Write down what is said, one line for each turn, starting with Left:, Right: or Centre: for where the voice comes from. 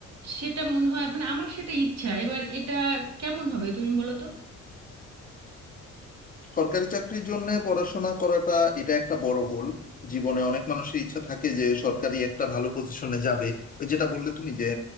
Right: সেটা মনে হয় মানে আমার সেটা ইচ্ছা এবার এটা কেমন হবে তুমি বলো তো
Left: সরকারি চাকরির জন্য পড়াশোনা করাটা এটা একটা বড় গোল জীবনে অনেক মানুষের ইচ্ছা থাকে যে সরকারি একটা ভালো পজিশনে যাবে ওই যেটা বললে তুমি যে